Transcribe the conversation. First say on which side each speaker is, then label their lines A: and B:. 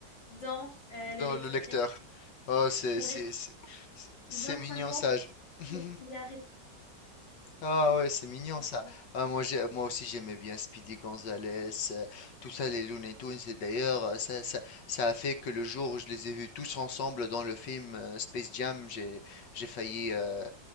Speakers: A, on the left; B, on the left.
A: dans euh, le
B: Dans
A: lecteur
B: le lecteur.
A: cassette.
B: Oh, c'est
A: Ça
B: c'est-
A: veut dire
B: c'est- c'est- c'est
A: que 25
B: mignon,
A: ans
B: sage. <laughs>
A: Il y a
B: Ah ouais, c'est mignon
A: Rivales.
B: ça. Ah, moi, j'ai- moi aussi j'aimais bien Speedy Gonzales, euh, tout ça, les Looney Tunes. Et d'ailleurs, euh, ça, ça, ça a fait que le jour où je les ai vus tous ensemble dans le film euh, Space Jam, j'ai, j'ai failli, euh,